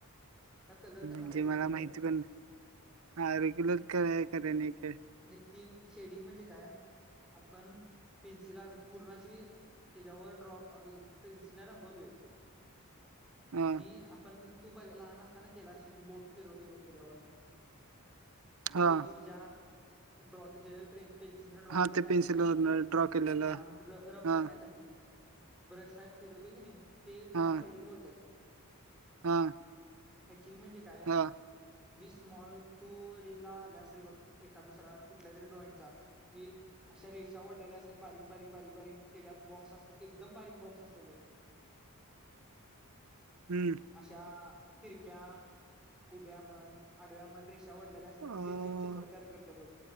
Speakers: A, in the centre; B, on the right.
A: का कलर
B: म्हणजे
A: करणार
B: मला
A: रेगुलर
B: माहिती पण नाही. हा रेग्युलच करा करे नक
A: हे तीन शेडिंग म्हणजे काय आपण पेन्सिल पूर्णशी त्यांच्यावर ड्रॉ पेन्सिलला रंगवतो
B: हा
A: आणि आपण तू ब लहान असताना केला असेल की बोट फिरवते बघ त्याच्यावरून त्या
B: हा
A: पेन्सिलच्या ड्रॉंग ज प्रेन्सिन पेन्सिलने ड्रॉ
B: हा
A: केलेला
B: ते
A: आहे
B: पेन्सिलवर
A: की नाही
B: ड्रॉ केलेलं
A: हा रफ
B: हा
A: करण्यासाठी. ब्रश टाईप फिरवते की नाही ते त्याला
B: हा
A: शेडिंग बोलतात.
B: हा
A: िंग म्हणजे काय
B: हा
A: जी स्मॉल तू रील ला आला असेल बघ एका दुसरा कुठल्या तरी ड्रॉइंगचा की अशा रेषा वड्याल्या असतात बारीक बारीक बारीक बारीक त्याच्यात बॉक्स... एकदम बारीक बॉक्स असतात बघ.
B: हम्म
A: अशा तिरक्या हुब्या म्हन आडव्या म्हण रे... आवडलेले असतात
B: अ
A: आणि ते नची तरतर करतातो.